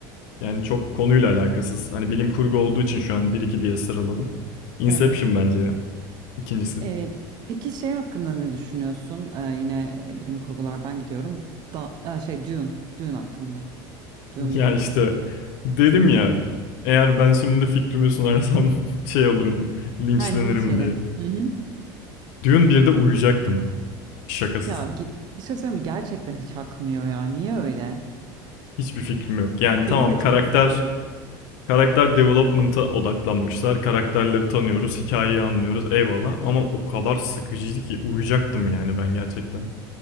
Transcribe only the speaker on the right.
Evet.
Ee, peki şey hakkında ne düşünüyorsun? Ee, yine e, bilim kurgulardan gidiyorum. Da, e, şey Dune. Dune hakkında. Dune
bir iki.
Ha linç yerim.
Hı hı.
Ya ge- bir şey söyleyeyim mi? Gerçekten hiç akmıyor ya. Niye öyle?
Beni de
çok sıktı.